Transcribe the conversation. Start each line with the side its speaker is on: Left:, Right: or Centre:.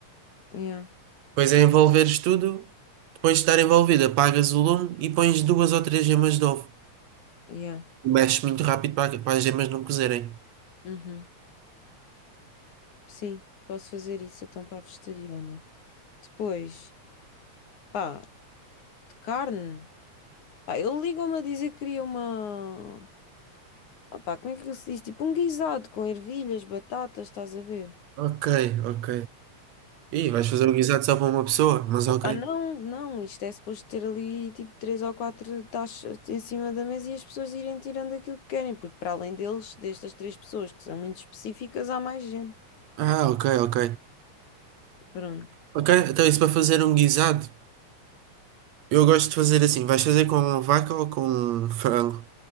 Left: Yeah,
Right: Depois é envolveres tudo, depois de estar envolvido, apagas o lume e pões duas ou três gemas de ovo.
Left: yeah.
Right: Mexes muito rápido para, para as gemas não cozerem.
Left: Uhum. Sim, posso fazer isso então para a vegetariana. Depois, pá, de carne. Pá, ele ligou-me a dizer que queria uma. Ah, pá, como é que ele se diz? Tipo um guisado com ervilhas, batatas, estás a ver?
Right: Ok, ok. Ih, vais fazer o guisado só para uma pessoa, mas ok.
Left: Ah, não, não, isto é suposto ter ali tipo três ou quatro taxas em cima da mesa e as pessoas irem tirando aquilo que querem, porque para além deles, destas três pessoas que são muito específicas, há mais gente.
Right: Ah, ok, ok.
Left: Pronto.
Right: Ok, então isso para fazer um guisado. Eu gosto de fazer assim. Vais fazer com vaca ou com frango?